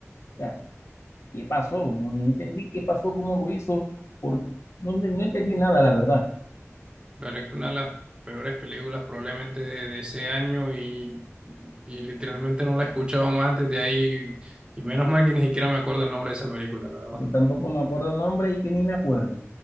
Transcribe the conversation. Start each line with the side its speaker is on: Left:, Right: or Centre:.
Left: Ya. ¿Qué pasó? No, no entendí qué pasó, cómo lo hizo, por, no, no entendí nada, la verdad.
Right: Claro, es que una de las peores películas probablemente de, de ese año y, y literalmente no la he escuchado más desde ahí y menos mal que ni siquiera me acuerdo el nombre de esa película, la verdad.
Left: Yo tampoco me acuerdo el nombre y que ni me acuerde.